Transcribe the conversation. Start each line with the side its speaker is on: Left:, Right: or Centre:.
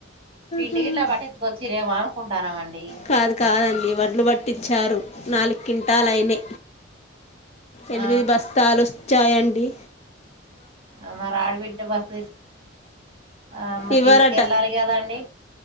Right: పిండి
Left: హమ్మ్
Right: గిట్లా పట్టించుకొచ్చిరేమో అనుకుంటానమండి
Left: కాదు కాదండి వడ్లు పట్టించారు నాలు కింటాలైనీ ఎనిమిది
Right: ఆ
Left: బస్తాలు వచ్చాయం డి
Right: ఆ మ రా ఆడిబిట్టే బస ఆ అమ్మ
Left: ఇవ్వరట
Right: తీసుకెళ్ళాలి కదాండి